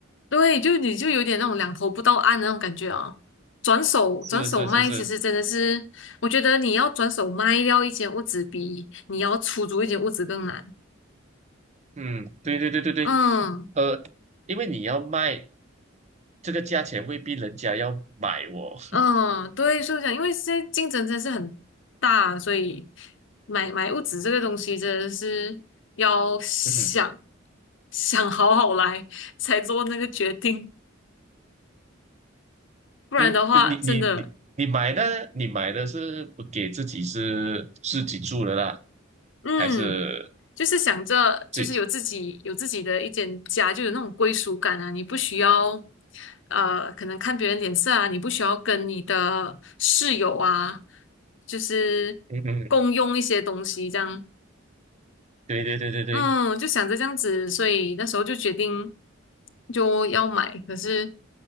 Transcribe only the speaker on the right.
是是是是，
嗯，对对对对对，
呃，因为你要卖这个价钱，未必人家要买哦。
<laughs> 嗯哼。
对，你你你你买的，
你买的是不给自己是自己住的啦，
还是
自己？
嗯嗯，
对对对对对，